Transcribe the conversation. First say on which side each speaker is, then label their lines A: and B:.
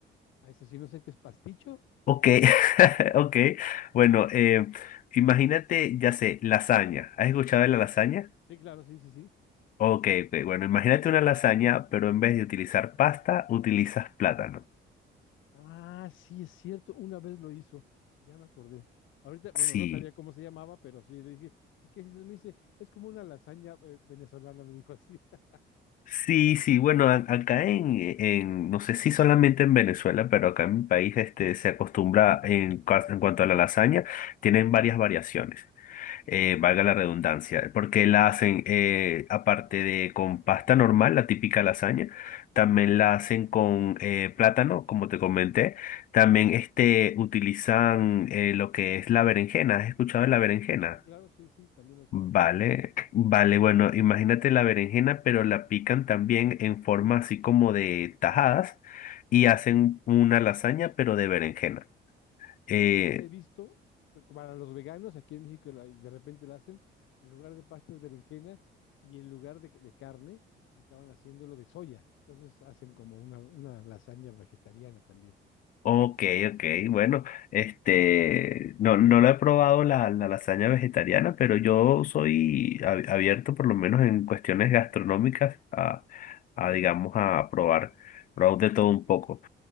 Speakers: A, on the left; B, on the left.
A: A ese sí no sé qué es pasticho.
B: Ok, <laughs> ok. Bueno, eh, imagínate, ya sé, lasaña. ¿Has escuchado de la lasaña?
A: Sí, claro, sí, sí, sí.
B: Ok, ok, bueno, imagínate una lasaña, pero en vez de utilizar pasta, utilizas plátano.
A: Ah, sí, es cierto. Una vez lo hizo. Ya me acordé. Ahorita, bueno,
B: Sí,
A: no sabía cómo se llamaba, pero sí le dije, ¿y qué es eso? Me dice, es como una lasaña eh, venezolana, me dijo así. <laughs>
B: sí, sí, bueno, a- acá en, en, no sé si solamente en Venezuela, pero acá en mi país este, se acostumbra en, cua- en cuanto a la lasaña, tienen varias variaciones. eh,
A: Ok.
B: valga la redundancia, porque la hacen, eh, aparte de con pasta normal, la típica lasaña, también
A: Sí,
B: la hacen con eh, plátano, como te comenté, también este, utilizan eh, lo que es la berenjena, ¿has escuchado de la berenjena?
A: sí, claro, sí, sí, también lo usamos
B: Vale,
A: por acá.
B: vale, bueno, imagínate la berenjena, pero la pican también en forma así como de tajadas y hacen
A: Ujú.
B: una lasaña, pero de berenjena.
A: Sí,
B: Eh,
A: esa sí la he visto. pero Para los veganos, aquí en México la- de repente la hacen, en lugar de pasta es berenjena y en lugar de, de carne acaban haciéndolo de soya. Entonces hacen como una, una lasaña vegetariana también.
B: Ok, ok, bueno, este, no, no lo he probado la, la lasaña vegetariana, pero yo soy ab- abierto por lo menos en cuestiones gastronómicas a, a digamos, a probar, probar de todo un poco.